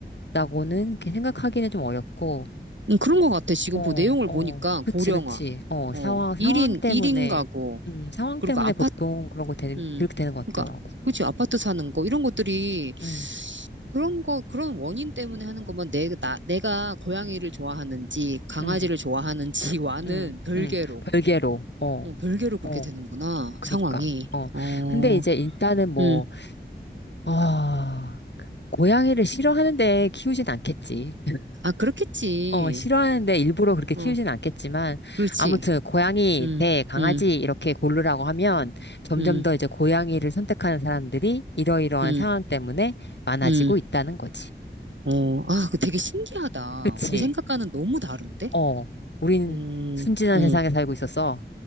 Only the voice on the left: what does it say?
같다고는 이렇게 생각하기는 좀 어렵고,
어,
어,
그치,
그치. 어,
상황, 상황
때문에,
음, 상황
때문에
보통 그런 거 되는,
그렇게 되는 것
같더라고.
응,
응.
응,
응, 별개로, 어,
어,
그니까,
어.
근데 이제 일단은 뭐,
어, 고양이를 싫어하는데 키우진 않겠지. <laughs>
어, 싫어하는데 일부러 그렇게
키우진 않겠지만,
아무튼 고양이
대 강아지
이렇게 고르라고 하면 점점
더 이제 고양이를 선택하는 사람들이 이러이러한
상황 때문에 많아지고
있다는 거지.
그치?
어, 우린
순진한
세상에 살고 있었어.